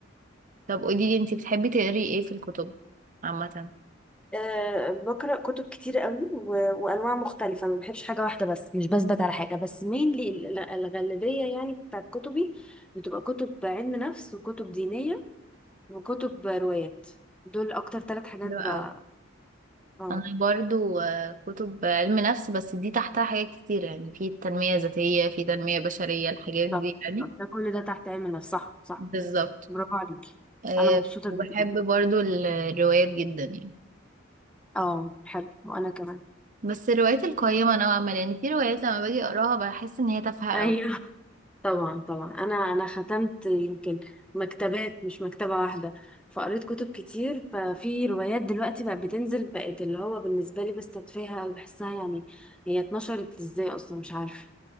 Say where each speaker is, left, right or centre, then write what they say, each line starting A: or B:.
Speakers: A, on the right (about 40°); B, in the centre.
A: طب قولي لي انتي بتحبي تقري ايه في الكتب عامة
B: أه بقرا كتب كتير قوي و... وانواع مختلفه ما بحبش حاجه واحده بس مش بثبت على حاجه بس مينلي الغالبيه يعني بتاعت كتبي بتبقى كتب علم نفس وكتب دينيه وكتب روايات دول اكتر ثلاث حاجات
A: حلو
B: بقى
A: قوي
B: اه
A: انا برضو آه، كتب علم نفس بس دي تحتها حاجات كتير يعني في تنمية ذاتية في تنمية بشرية الحاجات
B: بالظبط
A: دي يعني
B: بالظبط. ده كل ده تحت علم النفس صح صح
A: بالظبط
B: برافو عليكي
A: أه
B: انا مبسوطه
A: وبحب
B: جدا
A: برضو الروايات جدا يعني
B: اه حلو وانا كمان
A: بس الروايات القيمة نوعا ما لان في روايات لما باجي اقراها بحس ان هي تافهة
B: ايوه
A: قوي
B: طبعا طبعا انا انا ختمت يمكن مكتبات مش مكتبه واحده فقريت كتب كتير ففي روايات دلوقتي بقت بتنزل بقت اللي هو بالنسبه لي بستدفيها او بحسها يعني هي اتنشرت ازاي اصلا مش عارفه